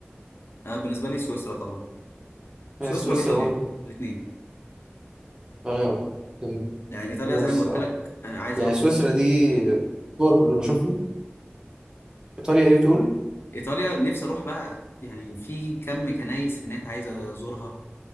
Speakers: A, on the left; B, on the right.
A: آه بالنسبه لي سويسرا طبعا سويسرا
B: آه، سويسرا
A: وايطاليا
B: برضه
A: الاثنين
B: اه جامدة
A: يعني ايطاليا
B: موت
A: زي
B: الصراحه
A: ما قلت لك انا عايز
B: يعني
A: اروح
B: سويسرا
A: اشوف
B: دي صور اللي بشوفهم ايطاليا ايه بتقول
A: ايطاليا نفسي اروح بقى يعني في كم كنايس هناك عايز ازورها